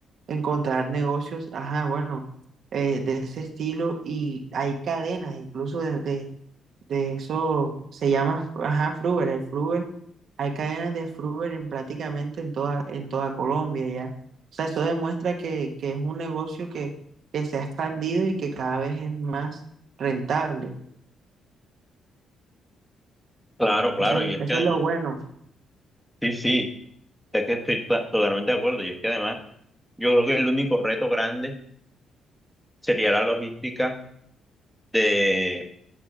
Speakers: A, on the right (about 65°); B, in the centre.
A: encontrar negocios, ajá, bueno, eh, de ese estilo y hay cadenas incluso de, de, de eso, se llama, ajá, Fruver, el Fruver, hay cadenas de Fruver en prácticamente en toda, en toda Colombia ya. O sea, eso demuestra que, que es un negocio que, que se ha expandido y que cada vez es más rentable.
B: Claro, claro,
A: Eso,
B: y es
A: eso
B: que además,
A: es lo bueno,
B: sí, sí, es que estoy to- totalmente de acuerdo, y es que además Yo creo que el único reto grande sería la logística de,